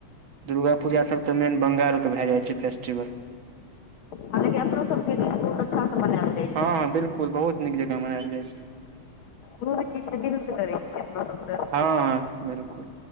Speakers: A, on the right; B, on the left.
A: दुर्गा पूजा सभ तऽ मेन बंगालके भए जाइ छै फेस्टिवल।
B: हाँ लेकिन अपनो सब के दिस बहुत अच्छा से मनाएल जाइ छै।
A: हँ बिल्कुल बहुत नीक जेका मनायल जाइ छै।
B: कोनो भी चीजके दिलसँ करै छियै अपना सभ तऽ।
A: हँ बिलकुल।